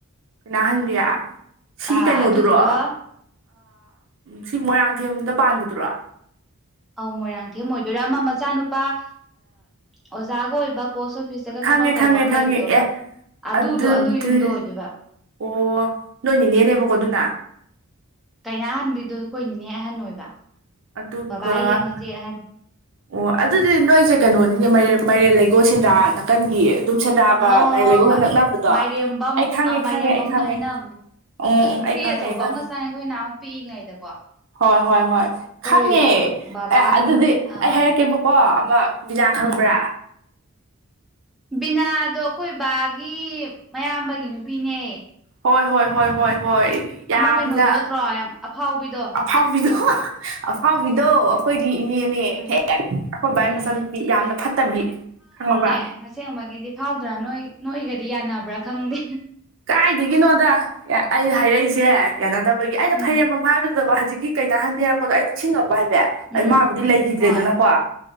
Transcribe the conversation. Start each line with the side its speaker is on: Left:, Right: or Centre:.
Right: ꯀꯅꯥꯍꯟꯕꯤꯌꯥ ꯁꯤꯒꯤ
Centre: ꯑꯥ
Right: ꯀꯩꯅꯣꯗꯨꯔꯣ
Centre: ꯑꯗꯨꯗꯨꯒ
Right: ꯁꯤ ꯃꯣꯏꯔꯥꯡꯊꯦꯝꯗ ꯄꯥꯟꯕꯗꯨꯔꯥ
Centre: ꯑꯧ ꯃꯣꯏꯔꯥꯡꯊꯦꯝ ꯑꯣꯏꯗꯣꯏꯔꯥ ꯑꯃ ꯃꯆꯥꯅꯨꯄꯥ ꯑ ꯑꯣꯖꯥꯒ ꯑꯣꯏꯕ ꯄꯣꯁꯐ ꯑꯣꯐꯤꯁꯇꯒ
Right: ꯈꯪꯉꯦ
Centre: ꯊꯕꯛ
Right: ꯈꯪꯉꯦ
Centre: ꯇꯧꯕ ꯑꯃ
Right: ꯈꯪꯉꯦ
Centre: ꯂꯩꯕꯗꯣ
Right: ꯑꯦ
Centre: ꯑꯗꯨꯗꯣ
Right: ꯑꯗꯨꯗꯤ
Centre: ꯑꯗꯨ ꯌꯨꯝꯗ ꯑꯣꯏꯗꯣꯏꯕ
Right: ꯑꯣ ꯅꯣꯏꯅꯤꯅꯦꯅꯦꯕꯀꯣ ꯑꯗꯨꯅ
Centre: ꯀꯩꯅꯥꯍꯟꯕꯤꯗꯣ ꯑꯩꯈꯣꯏꯅꯤꯅꯦ ꯑꯍꯟ ꯑꯣꯏꯕ
Right: ꯑꯗꯨꯒ
Centre: ꯕꯕꯥ ꯍꯦꯛ ꯃꯆꯦ ꯑꯍꯟ
Right: ꯑꯣ ꯑꯗꯨꯗꯤ ꯅꯣꯏꯁꯦ ꯀꯩꯅꯣꯅꯤꯅꯦ ꯃꯥꯏꯔꯦꯟ ꯂꯩꯒꯣꯜꯁꯦꯟꯗꯔ ꯅꯥꯀꯟꯒꯤ ꯑꯗꯨꯝ ꯁꯦꯟꯗ꯭ꯔꯥꯒ
Centre: ꯍꯣꯏ ꯍꯣꯏ
Right: ꯃꯥꯏꯔꯦꯟ
Centre: ꯍꯣꯏ
Right: ꯂꯩꯒꯣꯜꯒ
Centre: ꯍꯣꯏ
Right: ꯅꯛꯅꯕꯗꯣ
Centre: ꯃꯥꯏꯔꯦꯝꯕꯝ
Right: ꯑꯩ ꯈꯪꯉꯦ ꯈꯪꯉꯦ
Centre: ꯃꯥꯏꯔꯦꯝꯕꯝꯒ
Right: ꯑꯩ ꯈꯪꯉꯦ
Centre: ꯍꯥꯏꯅꯕꯅꯦ
Right: ꯎꯝ
Centre: ꯄꯨꯈ꯭ꯔꯤ
Right: ꯎꯝ ꯑꯩ ꯈꯪꯉꯦ
Centre: ꯑꯆꯧꯕ
Right: ꯑꯩ ꯈꯪꯉꯦ
Centre: ꯑꯃꯛꯀ ꯆꯪꯉꯦ ꯑꯩꯈꯣꯏ ꯅꯍꯨꯛ ꯄꯤꯛꯏꯉꯩꯗꯀꯣ
Right: ꯍꯣꯏ ꯍꯣꯏ ꯍꯣꯏ
Centre: ꯑꯩꯈꯣꯏ
Right: ꯈꯪꯉꯦ
Centre: ꯕꯕꯥꯒꯤ
Right: ꯑꯦ ꯑꯗꯨꯗꯤ
Centre: ꯑꯥ
Right: ꯑꯩ ꯍꯥꯏꯔꯛꯀꯦꯕꯀꯣ ꯑꯃ ꯕꯤꯅꯥ ꯈꯪꯕ꯭ꯔꯥ
Centre: ꯎꯝ ꯕꯤꯅꯥꯗꯣ ꯑꯩꯈꯣꯏ ꯕꯥꯒꯤ ꯃꯌꯥꯝꯕꯒꯤ ꯅꯨꯄꯤꯅꯦ
Right: ꯍꯣꯏ ꯍꯣꯏ ꯍꯣꯏ ꯍꯣꯏ ꯍꯣꯏ ꯌꯥꯝꯅ
Centre: ꯑꯃ ꯀꯩꯅꯣꯗꯨ ꯅꯠꯇ꯭ꯔꯣ ꯌꯥꯝ ꯑꯐꯥꯎꯕꯤꯗꯣ
Right: ꯑꯐꯥꯎꯕꯤꯗꯣ ꯑꯐꯥꯎꯕꯤꯗꯣ ꯑꯩꯈꯣꯏꯒꯤ ꯏꯅꯦꯅꯦ
Centre: ꯎꯝ
Right: ꯍꯦꯛ ꯑꯩꯈꯣꯏ ꯕꯥ ꯒꯤ
Centre: ꯎꯝ
Right: ꯃꯆꯟꯅꯨꯄꯤ ꯌꯥꯝꯅ ꯐꯠꯇꯕꯤ ꯈꯪꯉꯕ꯭ꯔꯥ
Centre: ꯑꯦ ꯑꯁꯦꯡꯕꯒꯤꯗꯤ ꯐꯥꯎꯗ꯭ꯔꯥ ꯅꯣꯏ ꯅꯣꯏꯒꯗꯤ ꯌꯥꯅꯕ꯭ꯔꯥ ꯈꯪꯗꯦ
Right: ꯀꯥꯏꯗꯒꯤꯅꯣꯗ ꯑꯩꯩꯅ ꯍꯥꯏꯔꯛꯏꯁꯦ ꯌꯥꯅꯗꯕꯒꯤ ꯑꯩꯅ
Centre: ꯎꯝ
Right: ꯊꯩꯔꯦꯝꯐꯝ ꯍꯥꯏꯕꯗꯨꯗꯀ ꯍꯧꯖꯤꯛꯀꯤ ꯀꯩꯅꯍꯟꯕꯤꯔꯛꯄꯗꯣ ꯑꯩ ꯅꯤꯡꯁꯤꯡꯉꯛꯄ ꯍꯥꯏꯕꯦ
Centre: ꯎꯝ
Right: ꯃꯥꯕꯨꯗꯤ ꯂꯩꯈꯤꯗ꯭ꯔꯦꯗꯅꯀꯣ
Centre: ꯍꯣꯏ